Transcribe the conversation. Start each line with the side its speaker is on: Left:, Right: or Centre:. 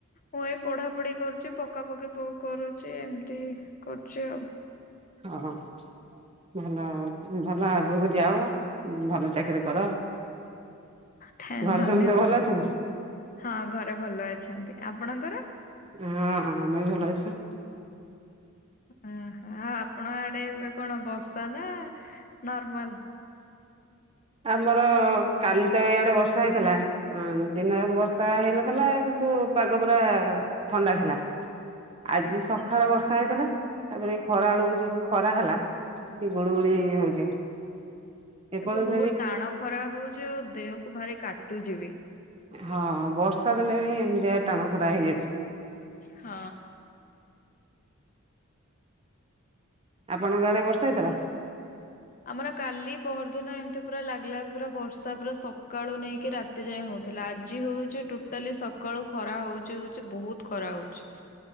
Left: ମୁଁ ଏଇ ପଢା ପଢି କରୁଛି ପକା ପକି ପୁ କରୁଛି ଏମିତି କରୁଛି ଆଉ।
Right: ହଁ। ଭଲ ଭଲ ଆଗକୁ ଯାଅ ଭଲ ଚାକିରି କର।
Left: ଥା
Right: ଘରେ
Left: ଧନ୍ୟବାଦ
Right: ସମସ୍ତେ ଭଲ ଅଛନ୍ତି?
Left: ହଁ ଘରେ ଭଲ ଅଛନ୍ତି ଆପଣଙ୍କର?
Right: ହଁ ଆମେ ବି ଭଲ ଅଛୁ।
Left: ଓହ ଆପଣ ଆଡେ ଏବେ କଣ ବର୍ଷା ନା ନର୍ମାଲ?
Right: ଆମର କାଲି ତ ଇଆଡେ ବର୍ଷା ହେଇଥିଲା। ଅ ଦିନ ଆକ ବର୍ଷା ହେଇନଥିଲା କିନ୍ତୁ ପାଗ ପୁରା ଥଣ୍ଡା ଥିଲା। ଆଜି
Left: ଆଚ୍ଛା
Right: ସଖାଳେ ବ ର୍ଷା ହେଇଥିଲା ତାପରେ ଏ ଖରା ବେଳକୁ ଯୋଉ ଖରା ହେଲା ଟି ଗୁଳୁ ଗୁଳି ହଉଚି। ଏପର୍ଜ
Left: ଏବେ ବହୁତ ଟାଣ ଖରା ହଉଚି ଆଉ ଦେହକୁ ଭାରି କାଟୁଚି ବି।
Right: ହଁ ବର୍ଷା ଦିନେ ବି ଏମିତିଆ ଟାଣ ଖରା ହେଇଅଛି।
Left: ହଁ।
Right: ଆପଣଙ୍କ ଆଡେ ବର୍ଷା ହେଇଥିଲା?
Left: ଆମର କାଲି ପହରଦିନ ଏମିତି ପୁରା ଲାଗ୍ ଲାଗ୍ ପୁରା ବର୍ଷା ପୁରା ସକାଳୁ ନେଇକି ରାତି ତି ଯାଏଁ ହଉଥିଲା ଆଜି ହଉଚି ଟୋଟାଲି ସକାଳୁ ଖରା ହଉଚି ହଉଚି ବହୁତ ଖରା ହଉଚି।